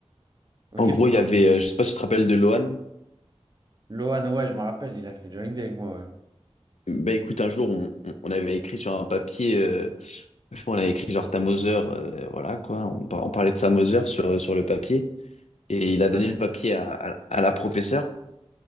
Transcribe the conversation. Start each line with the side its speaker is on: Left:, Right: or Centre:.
Right: Ok,
Left: En gros,
Right: pourquoi?
Left: il y avait, euh, je sais pas si tu te rappelles de Lohan.
Right: Lohan, ouais, je me rappelle, il a fait Drawing Day avec moi, ouais.
Left: Bah écoute, un jour, on, on- on avait écrit sur un papier, euh, je pense, on avait écrit genre ta euh, voilà quoi. On, par- on parlait de sa sur, euh, sur le papier. Et il a donné
Right: Ouais.
Left: le papier à, à- à la professeure.